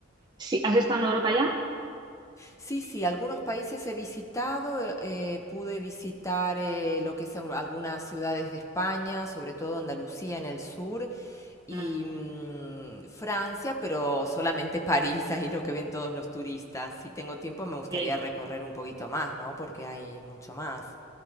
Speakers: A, on the right (about 20°); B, on the left (about 15°).
A: si, ¿has estado en Europa ya?
B: Sí, sí, algunos países he visitado, eh, eh, pude visitar eh, lo que es al- algunas ciudades de España, sobre todo Andalucía en el sur, y
A: Mm,
B: mm, Francia, pero solamente París, ahí lo que ven todos los turistas. Si tengo tiempo me gustaría
A: sí.
B: recorrer un poquito más, ¿no? Porque hay mucho más.